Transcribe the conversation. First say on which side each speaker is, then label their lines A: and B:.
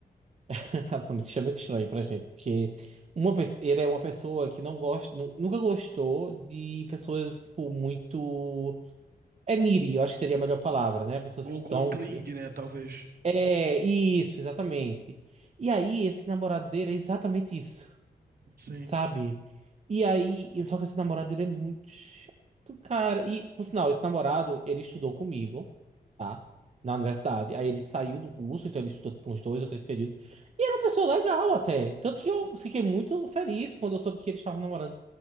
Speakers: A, on the right (about 40°); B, on the right (about 65°).
A: <laughs> Absolutamente extremamente estranho pra gente, porque uma pessoa, ele é uma pessoa que não gosta, nu- nunca gostou de pessoas, tipo, muito. É needy, eu acho que seria a melhor palavra, né? Pessoas
B: Ou,
A: que estão.
B: ou Kling, né? Talvez.
A: É, isso, exatamente. E aí, esse namorado dele é exatamente isso
B: Sim.
A: sabe? E aí, e- só que esse namorado ele é muito chato, cara. E, por sinal, esse namorado, ele estudou comigo, tá? Na universidade. Aí ele saiu do curso, então ele estudou tipo, uns dois ou três períodos. E era uma pessoa legal até. Tanto que eu fiquei muito feliz quando eu soube que eles estavam namorando.